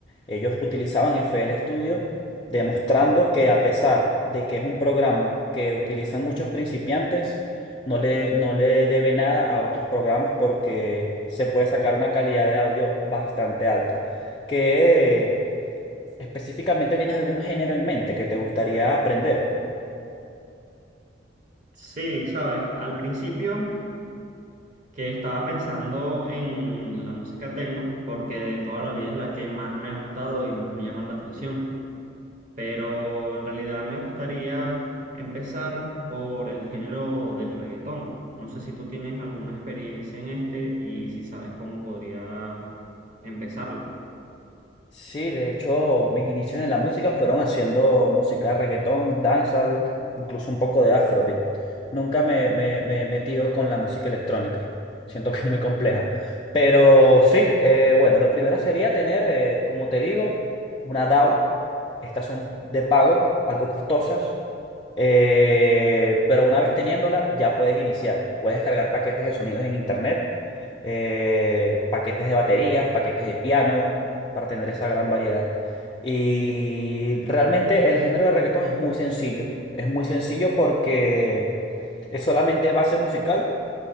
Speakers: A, on the left (about 25°); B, on the right (about 45°).
A: ellos utilizaban FL Studio demostrando que a pesar de que es un programa que utilizan muchos principiantes, no le, no le debe nada a otros programas porque se puede sacar una calidad de audio bastante alta. que específicamente tienes algún género en mente que te gustaría aprender?
B: Sí, sabes, al principio que estaba pensando en la música techno, porque de toda la vida es la que más me ha gustado y más me llama la atención, pero en realidad me gustaría empezar por el género del reggaetón. No sé si tú tienes alguna experiencia en este y si sabes cómo podría empezarlo.
A: Sí, de hecho, mis inicios en la música fueron haciendo música reggaetón, dancehall, incluso un poco de afrobeat. Nunca me, me, me he metido con la música electrónica. Siento que es muy compleja. Pero sí, eh, bueno, lo primero sería tener, eh, como te digo, una DAW Estas son de pago, algo costosas, eh, pero una vez teniéndola ya puedes iniciar. Puedes cargar paquetes de sonidos en internet, eh, paquetes de baterías, paquetes de piano, para tener esa gran variedad. Y realmente el género de reggaetón es muy sencillo. Es muy sencillo porque es solamente base musical